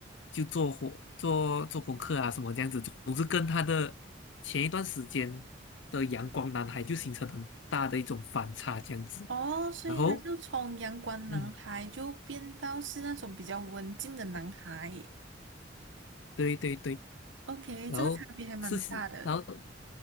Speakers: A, on the left (about 75°); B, on the right (about 85°).
A: 就做活做做功课啊什么这样子。总是跟他的前一段时间的阳光男孩就形成很大的一种反差这样子。
B: 哦，所以他就从阳光男孩就变到是那种比较文静的男孩。
A: 然后嗯，对对对，
B: OK，
A: 然后事实，
B: 这个差别还蛮大的。
A: 然后